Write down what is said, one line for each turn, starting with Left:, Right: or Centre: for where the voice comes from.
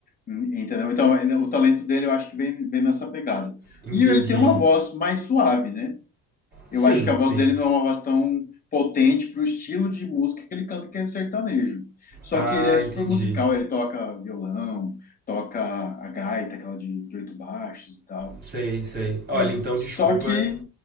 Left: Hum, Entendeu? Então, ele- o talento dele eu acho que vem, vem nessa pegada.
Right: Entendi.
Left: E ele tem uma voz mais suave, né? Eu
Right: Sim,
Left: acho que a voz
Right: sim.
Left: dele não é uma voz tão potente para o estilo de música que ele canta, que é sertanejo. Só
Right: Ah,
Left: que ele é super
Right: entendi.
Left: musical, ele toca violão, toca a gaita, aquela de, de oito baixos e tal.
Right: Sei, sei. Olha,
Left: É.
Right: então
Left: Só
Right: desculpa.
Left: que,